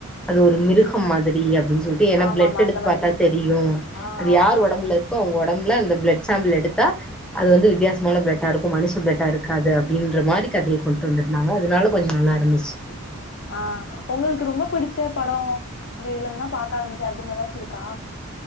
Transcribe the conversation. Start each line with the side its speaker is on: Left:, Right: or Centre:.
Centre: அது ஒரு மிருகம் மாதிரி அப்படின்னு சொ ஏன்னா
Left: ஆமாமா
Centre: பிளட் எடுத்து
Left: அந்த மாரி
Centre: பார்த்தா
Left: எடுத்திருந்தாங்க
Centre: தெரியும்
Left: ஆ
Centre: அது யார்
Left: ஆ
Centre: உடம்பு இருக்கோ அவங்க உடம்பு டம்ல அந்த பிளட் சாம்புள் எடுத்தா அது வந்து வித்தியாசமான பிளட்டாருக்கு மனுஷ பிளட்டா இருக்காது அப்டின்ற மாரி கதைய கொண்ட்டு வந்து னாங்க அதுனால கொஞ்சொ நல்லா இருந்துச்சு
Left: ஆஹ் உங்களுக்கு ரொம்ப புடிச்ச படோ இந்த இதுலந்து தா பாக்க ஆரம்பிச்சே அப்டின் ஏதாச் சிருக்கா